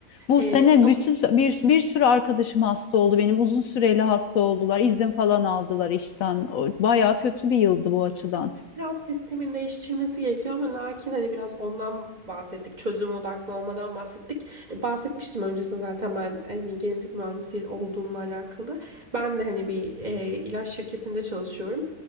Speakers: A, on the left; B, on the right.
A: Bu
B: Ee,
A: sene bütün bir, bir sürü arkadaşım hasta oldu. Benim uzun süreli hasta oldular. İzin falan aldılar işten. O- Bayağı kötü bir yıldı bu açıdan.
B: Biraz sistemin değiştirmesi gerekiyor ama lakin hani biraz ondan bahsettik. Çözüm odaklı olmadan bahsettik. E, Bahsetmiştim öncesinde zaten ben e, hani genetik mühendisi olduğumla alakalı. Ben de hani bir e, ilaç şirketinde çalışıyorum.